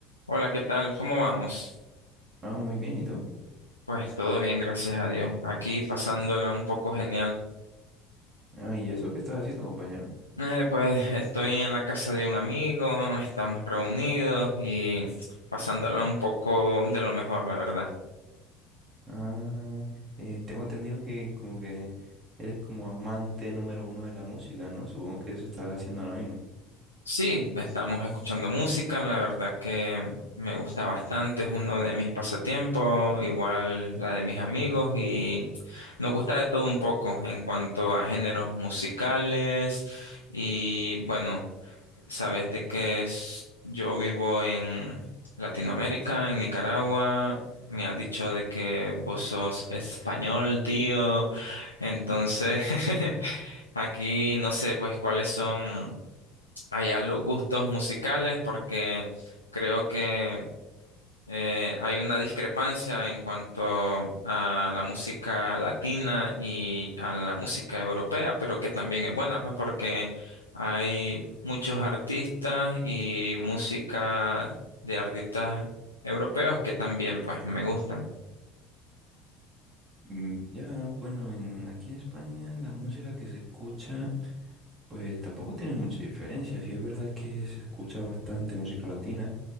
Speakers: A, on the left (about 85°); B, on the right (about 30°).
A: Hola, ¿qué tal? ¿Cómo vamos?
B: Ah, muy bien, ¿y tú?
A: Pues todo bien, gracias a Dios. Aquí pasándola un poco genial.
B: Ah, ¿y eso qué estás haciendo, compañero?
A: Eh, pues estoy en la casa de un amigo, estamos reunidos y pasándola un poco de lo mejor, la verdad.
B: Ah, eh, tengo entendido que como que eres como amante número uno de la música, ¿no? Supongo que eso estarás haciendo ahora mismo.
A: Sí, estamos escuchando música, la verdad que me gusta bastante, es uno de mis pasatiempos, igual la de mis amigos y nos gusta de todo un poco en cuanto a géneros musicales y bueno. Sabes de que es, yo vivo en Latinoamérica, en Nicaragua. Me has dicho de que vos sos español, tío. Entonces,
B: <laughs>
A: <laughs> aquí no sé pues cuáles son allá los gustos musicales, porque creo que eh, hay una discrepancia en cuanto a la música latina y a la música europea, pero que también es buena, pues porque hay muchos artistas y música de artistas europeos que también pues me gustan.
B: Mm, Ya, bueno, en, aquí en España la música que se escucha, pues tampoco tiene mucha diferencia. Sí es verdad que se escucha bastante música latina,